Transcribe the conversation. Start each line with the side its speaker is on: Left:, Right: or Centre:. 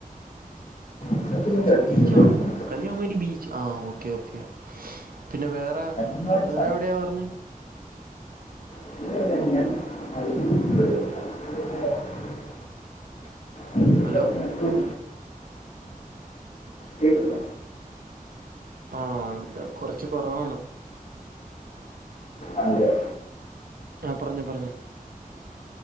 Left: സൺസെറ്റിന്
Right: ബീച്ച്
Left: കളിക്കുന്നുണ്ട്
Right: ബീച്ചാണോ
Left: സൺസെറ്റ്
Right: കന്യാകുമാരി ബീച്ച് ആ ഓക്കേ ഓക്കേ പിന്നെ വേറെ
Left: കണ്ണുമായി
Right: വേറെ
Left: സൺസെറ്റ്
Right: എവിടെയാണ് പറഞ്ഞത്
Left: <unintelligible> മൈസൂരിലെ
Right: ഹലോ
Left: കേൾക്കുന്നു
Right: ആ കുറച്ച് കുറവാണ്
Left: അതെ
Right: ആ പറഞ്ഞോ പറഞ്ഞോ